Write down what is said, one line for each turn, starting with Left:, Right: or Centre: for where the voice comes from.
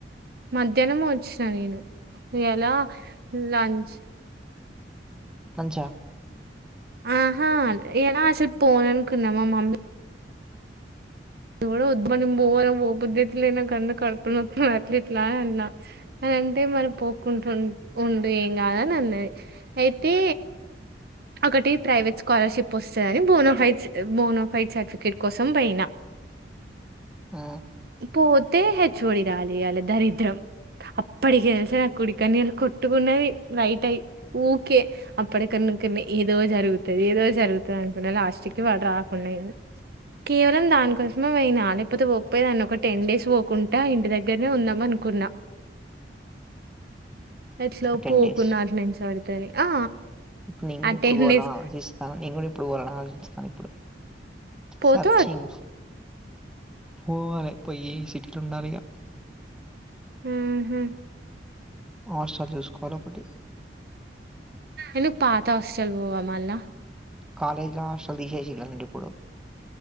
Right: మధ్యాహ్నం వచ్చినా నేను ఎలా లంచ్.
Centre: లంచా
Right: ఆహా ఏరా ఆస్సల్ పొన్నాన్కున్నావా మమ్మీ ఎవడో వొద్మానం పో పోబుద్ధ అయితేలేదు నాకనకడుపునొప్పి అట్లీల్లా అన్నా అదంటే మనం పోక్కుంటు ఉండు ఏం కాదు అని అన్నది అయితే అక్కటి ప్రైవేట్ స్కాలర్షిప్ వస్తుంది అని బోనఫై బోనఫైట్ సర్టిఫికేట్ కోసం పోయినా
Centre: ఆ
Right: పోతే హెచ్చుఓడిగాలియాలి దరిద్రం అప్పటికి తెల్సిన నా కుడికన్నీళ్ళ కొట్టుకున్నది రలైట్ అయి ఊకే అక్కడికన్ను అ ఏదో జరుగుతది ఏదో జరుగుతుంది అనుకున్నా లాస్ట్ కి వాడు రాకుండా అయ్యిండు కేవలం దానికోసమే పోయినా లేకపోతే పోకపోయ దాన్ని ఒక టెన్ డేస్ పోకుంట ఇంటి దగ్గ దగ్గరనే ఉందమ్మాన్కున్న ఎట్లో
Centre: టెన్
Right: పోకున్నటి
Centre: డేస్
Right: నించబడితేని ఆ
Centre: ఇప్పుడు నేను కూడా
Right: ఆ
Centre: ఇప్పుడు పోవాల
Right: డేస్
Centre: ఆలోచిస్తాను నేను కూడా ఇప్పుడు పోవాలని ఆలోచిస్తాను ఇప్పుడు
Right: పోతా
Centre: సర్చంగ్ పోవాలే పోఈ సిటీట్ ఉండాలగ
Right: హహ్మ్
Centre: హాస్టల్ చూస్కోవాలి ఒకటి
Right: ఎందుకు పాత హాస్టల్ పోవ మళ్ళా
Centre: కాలేజిలో హాస్టల్ తీసేసింద్రు ఇప్పుడు